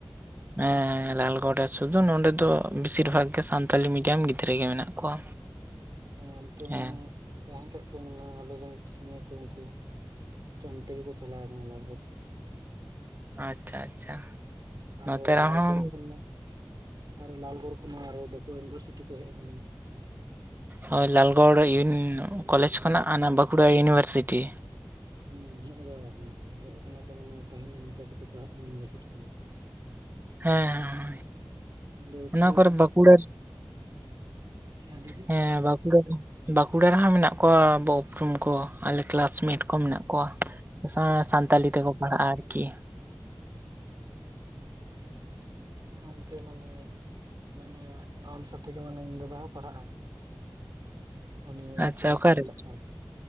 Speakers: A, on the right; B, on the right.
A: ᱦᱮᱸ ᱞᱟᱞᱜᱚᱲ ᱥᱩᱫᱩ ᱱᱚᱰᱮ ᱫᱚ ᱵᱮᱥᱤᱨ ᱵᱷᱟᱜ ᱜᱮ ᱥᱟᱱᱛᱟᱞᱤ ᱢᱤᱰᱤᱭᱟᱢ᱾ ᱜᱤᱫᱽᱨᱟᱹ ᱜᱮ ᱢᱮᱱᱟᱜ ᱠᱚᱣᱟ
B: ᱦᱮᱸ ᱚᱱᱛᱮ
A: ᱦᱮᱸ
B: ᱢᱟᱱᱮ᱾ ᱞᱟᱦᱟ ᱛᱮᱜ ᱠᱚ ᱢᱮᱱᱟ ᱟᱞᱮᱨᱮ ᱨᱮᱱ ᱥᱤᱱᱤᱭᱟᱨ ᱠᱚ ᱩᱱᱠᱩ᱾ ᱚᱱᱛᱮ ᱜᱮᱠᱚ ᱪᱟᱞᱟᱣ ᱠᱟᱱᱟ ᱞᱟᱞᱜᱚᱲ ᱥᱮᱫ ᱜᱮ᱾
A: ᱟᱪᱪᱷᱟ ᱟᱪᱪᱷᱟ᱾
B: ᱟᱨᱚ
A: ᱱᱚᱛᱮ ᱨᱮᱦᱚᱸ
B: ᱞᱟᱞᱜᱚᱲ ᱠᱷᱚᱱ ᱟᱨᱚ ᱞᱟᱞᱜᱚᱲ ᱠᱷᱚᱱ, ᱦᱚᱸ ᱟᱨᱚ ᱵᱟᱸᱠᱩᱲᱟ ᱤᱭᱩᱱᱤᱵᱷᱟᱨᱥᱤᱴᱤ ᱠᱚ ᱦᱮᱡ ᱟᱠᱟᱱᱟ᱾
A: ᱦᱳᱭ ᱞᱟᱞᱜᱚᱲ ᱠᱚᱞᱮᱡᱽ ᱠᱷᱚᱱᱟᱜ ᱦᱟᱱᱟ ᱵᱟᱸᱠᱩᱲᱟ ᱤᱭᱩᱱᱤᱵᱷᱟᱨᱥᱤᱴᱤ᱾
B: ᱦᱮᱸ ᱦᱮᱡ ᱵᱟᱲᱟ ᱟᱠᱟᱱᱟ ᱠᱚ ᱦᱮᱡ ᱠᱟᱱᱟ ᱠᱚ ᱢᱟᱱᱮ ᱛᱟᱦᱮᱱ ᱱᱮᱛᱟᱨ ᱫᱚᱠᱚ ᱯᱟᱲᱦᱟᱜ ᱠᱟᱱᱟ ᱤᱭᱩᱱᱤᱵᱷᱟᱨᱥᱤᱴᱤ ᱨᱮᱜᱮ᱾ <unintelligible>
A: ᱦᱮᱸ ᱦᱮᱸ
B: ᱟᱫᱚ
A: ᱚᱱᱟ
B: ᱯᱷᱨᱚᱢ
A: ᱠᱚᱨᱮ ᱵᱟᱸᱠᱩᱲᱟ
B: ᱦᱮᱸ ᱞᱟᱹᱭ ᱵᱤᱱ
A: ᱦᱮᱸ ᱵᱟᱸᱠᱩᱲᱟ ᱨᱮ᱾ ᱵᱟᱸᱠᱩᱲᱟ ᱨᱮᱦᱚᱸ ᱢᱮᱱᱟᱜ ᱠᱚᱣᱟ ᱟᱵᱚ ᱩᱯᱨᱩᱢ ᱠᱚ ᱟᱞᱮ ᱠᱮᱞᱟᱥᱢᱮᱴ ᱠᱚ ᱢᱮᱱᱟᱜ ᱠᱚᱣᱟ᱾ ᱥᱟᱱᱛᱟᱞᱤ ᱛᱮᱠᱚ ᱯᱟᱲᱦᱟᱜᱼᱟ ᱟᱨᱠᱤ᱾
B: ᱦᱮᱸ ᱟᱱᱛᱮ ᱢᱟᱱᱮ᱾ ᱢᱟᱱᱮ ᱟᱢ ᱥᱟᱛᱮᱜᱮ ᱢᱟᱱᱮ ᱤᱧ ᱫᱟᱫᱟ ᱦᱚ ᱯᱟᱲᱦᱟᱜᱼᱟ᱾ ᱩᱱᱤ
A: ᱟᱪᱪᱷᱟ
B: ᱯᱷᱳᱨ
A: ᱚᱠᱟᱨᱮ
B: ᱪᱟᱜ ᱠᱟᱱ ᱛᱟᱸᱦᱮ